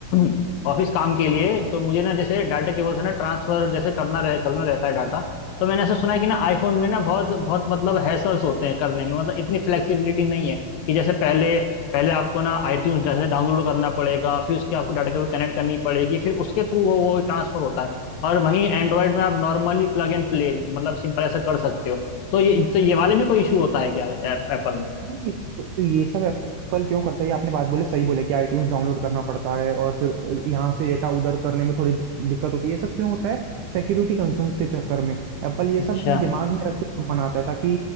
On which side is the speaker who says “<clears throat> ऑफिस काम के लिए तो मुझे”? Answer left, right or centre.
Left